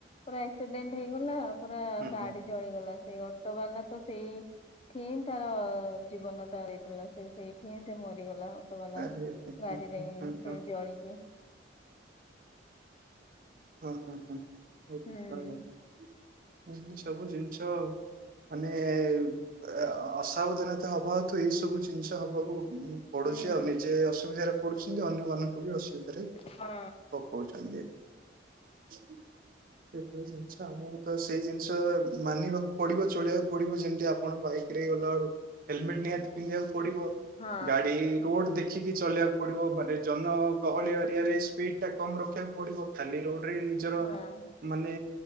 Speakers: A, on the left; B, on the right.
A: ପୁରା ଆକ୍ସିଡେଣ୍ଟ ହେଇଗଲା ପୁରା
B: ହୁଁ
A: ଗାଡି
B: ହୁଁ
A: ଜଳିଗଲା ସେଇ ଅ ଅଟୋ ବାଲା ଟା ସେଇ। ଠି ହିଁ ତାର ଜୀବନଟା ଦେଇଦେଲା ସେ ସେଇଠି ହିଁ ସେ ମରିଗଲା। ଅଟୋ ବାଲା
B: ଆରେ
A: ଗାଡ଼ି
B: ହଁ
A: ରେ ହିଁ
B: ହଁ
A: ସେ ଜଳିକି।
B: ହଁ ହଁ ହଁ ବହୁତ୍
A: ହୁଁ
B: ଅସୁବିଧା ଏମତି ସବୁ ଜିନିଷ ଆଉ। ମାନେ ଏଅ ଅସାବଧାନତା ହବା ହେତୁ ଏଇ ସବୁ ଜିନିଷ ହବାକୁ। ମୁଁ ପଢୁଛି
A: ହୁଁ
B: ଆଉ ନିଜେ ଅସୁବିଧାରେ ପଢୁଛନ୍ତି ଅନ୍ୟମାନଙ୍କୁ। ବି ଅସୁବିଧାରେ
A: ହଁ
B: ପକଉଚନ୍ତି। ହ ସେଇଭଳି ଜିନିଷ ଆମକୁ ତ ସେଇ ଜିନିଷ ମାନିବାକୁ ପଡିବ ଚଳିବାକୁ ପଡିବ ଯେମିତି ଆପଣ ବା ଇକ ରେ ଗଲା ବେଳୁ ହେଲମେଟ ନିହାତି ପିନ୍ଧିବାକୁ ପଡିବ
A: ହଁ
B: ଗାଡି ରୋଡ ଦେଖି ଦେଖିକି ଚଲେଇଆକୁ ପଡ଼ିବ ମାନେ ଜନଗହଳି ଏରିଆରେ ସ୍ପିଡ୍ ଟା କମ ରଖିବାକୁ ପଡ଼ିବ ଖାଲି ରୋଡ଼। କରି ନିଜର
A: ହଁ
B: ମାନେ।